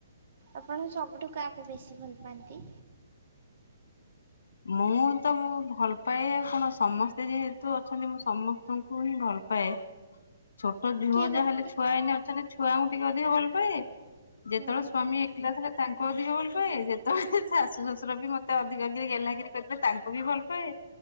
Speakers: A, on the right (about 45°); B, on the left (about 70°).
A: ଆପଣ ସବୁଠୁ କାହାକୁ ବେଶୀ ଭଲ ପାଆନ୍ତି।
B: ମୁଁ ତ ମୁଁ ଭଲ ପାଏ କଣ ସମସ୍ତେ ଯେହେତୁ ଅଛନ୍ତି ମୁଁ ସମସ୍ତଙ୍କୁ ହିଁ ଭଲ ପାଏ। ଛୋଟ ଝିଅ
A: କିଏ ଗୋଟେ
B: ଯାହା ହେଲେ ଛୁଆନା ତେଣୁ ଛୁଆଙ୍କୁ ଟିକେ ଅଧିକ ଭଲ ପାଏ ଯେତେବେଳେ
A: ହୁଁ
B: ସ୍ଵାମୀ
A: ହୁଁ
B: ଏକଲା ଥିଲା ତାଙ୍କୁ ଅଧିକ ଭଲ ପାଏ ଯେତେବେଳେ ଶାଶୁ ଶଶୁର ବି ମତେ ଅଧିକା ଟିକେ ଗେଲ୍ହା କରି କରିଦିଏ ତାଙ୍କୁ ବି ଭଲ ପାଏ